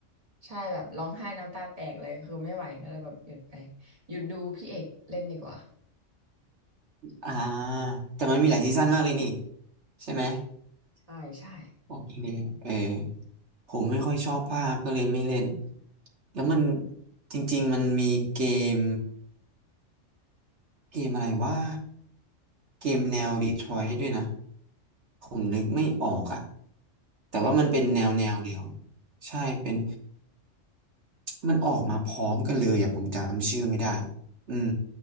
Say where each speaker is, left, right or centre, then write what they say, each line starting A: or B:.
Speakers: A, on the right; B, on the right.
A: ใช่แบบร้องไห้น้ำตาแตกเลยคือไม่ไหวก็เลยแบบหยุดไปหยุดดูพี่เอกเล่นดีกว่า
B: อ่าแต่มันมีหลายซีซั่นมากเลยนี่ใช่ไหม
A: ใช่ใช่
B: โอเคเลยเออผมไม่ค่อยชอบภาพก็เลยไม่เล่นแล้วมันจริงๆมันมีเกมเกมอะไรว่าเกมแนวดีทรอย t ์ด้วยนะผมนึกไม่ออกอะแต่ว่ามันเป็นแนวแนวเดียว
A: หมายถึง
B: ใช่เป็น มันออกมาพร้อมกันเลยอ่ะผมจำชื่อไม่ได้ อืม